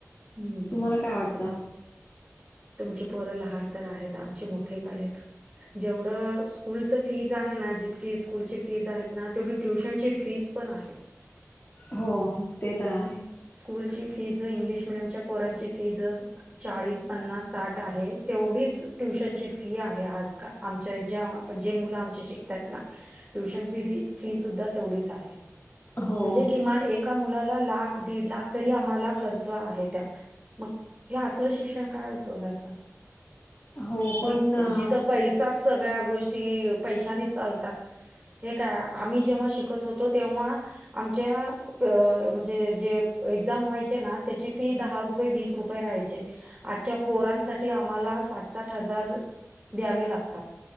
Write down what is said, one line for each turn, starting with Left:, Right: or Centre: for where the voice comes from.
Right: हम्म
Left: तुम्हाला काय वाटतं?
Right: तुमची पोरं लहान तर आहेत आमचे मोठे झालेत. जेवढं स्कूलच फीज आहे ना जीत तकी स्कूल ची फीज आहेत ना तेवढी ट्युशन ची फीज पण आहे.
Left: हो ते तर आहे.
Right: स्कूलची फीज इंग्लिश मिडियमच्या पोरांची फीज चाळीस पन्नास साठ आहे. तेवढीच ट्युशनची फी आहे. आजकाल आमच्या ज्या जे मुलं आमचे शिकतायत ना ट्युशन फी फी फी सुद्धा तेवढीच आहे
Left: हो,
Right: म्हणजे किमान एका मुलाला लाख दीड लाख तरी आम्हाला खर्च आहे त्या मग हे असल शिक्षण काय उप उपयोगाच
Left: हो, पण
Right: कि
Left: अ,
Right: जिथं पैसाच सगळ्या गोष् ष्टी पैशानीच चालतात. हे काय आम्ही जेव्हा शिकत होतो तेव्हा आमच्या प म्हणजे जे एक्झाम व्हायचे ना त्याची फी दहा रुपये वीस रुपये राहायचे. आजच्या पोरांसाठी आम्हाला साठ साठ हजार द्यावे लागतात.